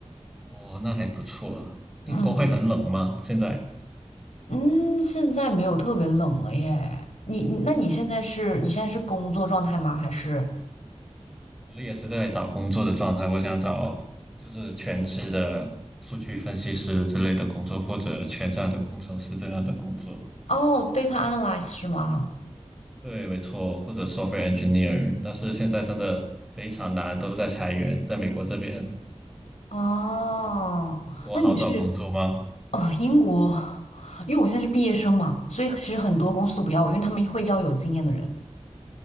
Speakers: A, in the centre; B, on the left (about 75°).
A: 哦，那还不错啊。英国会很冷吗？
B: 嗯
A: 现在
B: 嗯，现在没有特别冷了耶。你你那你现在是你现在是工作状态吗？还是
A: 我也是在找工作的状态，我想找就是全职的数据分析师之类的工作，或者全站的工程师这样的工作。
B: 哦，data analyst 是吗？
A: 对，没错，或者 software engineer。但是现在真的非常难，都在裁员，在美国这边。
B: 哦，
A: 英国好找工作吗？
B: 那你是哦英国，因为我现在是毕业生嘛，所以其实很多公司都不要我，因为他们会要有经验的人。